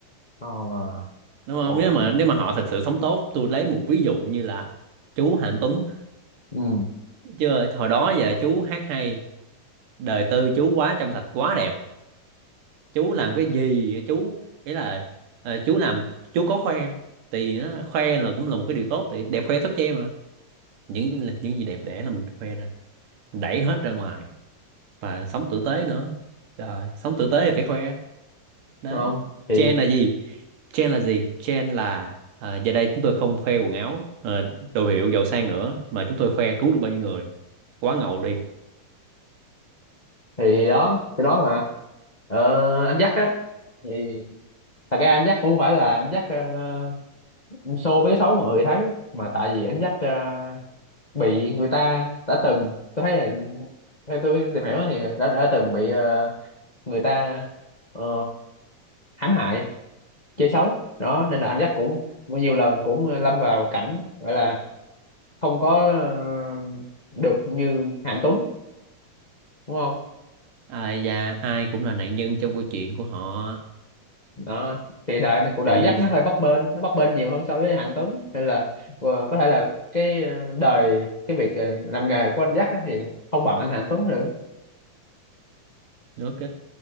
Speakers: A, on the left (about 35°); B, on the right (about 70°).
A: ờ
B: đúng không
A: ok
B: nếu mà nếu mà họ thật sự sống tốt tôi lấy một ví dụ như là chú Hạnh Tuấn
A: ừ
B: chưa hồi đó giờ chú hát hay đời tư chú quá trong sạch quá đẹp chú làm cái gì chú ý là ờ, chú làm chú có khoe thì nó khoe là cũng là một cái điều tốt thì đẹp khoe thốt che mà những những gì đẹp đẽ là mình khoe ra mình đẩy hết ra ngoài và sống tử tế nữa Trời, sống tử tế thì phải khoe đấy
A: không thì
B: trend là gì trend là gì trend là à, giờ đây chúng tôi không khoe quần áo ờ, đồ hiệu giàu sang nữa mà chúng tôi khoe cứu được bao nhiêu người quá ngầu đi
A: thì đó thì đó mà ờ, anh dắt á thì thật ra anh dắt cũng không phải là anh dắt ờ, show mấy cái xấu mà mọi người thấy mà tại vì anh dắt ờ, bị người ta đã từng tôi thấy là theo tôi tìm hiểu thì đã đã từng bị ờ, người ta ờ, hãm hại chơi xấu đó nên là anh dắt cũng nhiều lần cũng lâm vào cảnh gọi là không có ờ, được như Hạnh Tuấn đúng không
B: ai da ai cũng là nạn nhân trong câu chuyện của họ
A: đó thì đời này cuộc đời
B: thì
A: anh dắt nó hơi bấp bênh nó bấp bênh nhiều hơn so với Hạnh Tuấn nên là ờ, có thể là cái ờ, đời cái việc ờ, làm nghề của anh dắt á thì không bằng anh Hạnh Tuấn được
B: ok